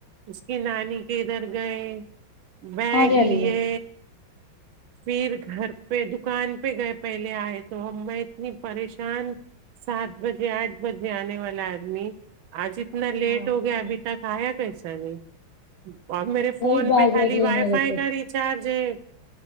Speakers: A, on the right; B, on the left.
A: اس کی نانی کے ادھر گئے بیاگ
B: ارے اللہ
A: لیے فیر گھر پے دکان پے گئے پہلے آئے تو ہم میں اتنی پریشان سات بجے آٹھ بجے آنے والا آدمی آج اتنا لیٹ
B: اچھا
A: ہو گیا ابھی تک آیا کیسا نہیں اور میرے فون
B: وہی بیگ
A: میں خالی
B: ویگ لینے
A: وائی
B: گئے
A: فائی
B: تھے
A: کا ریچارج ہے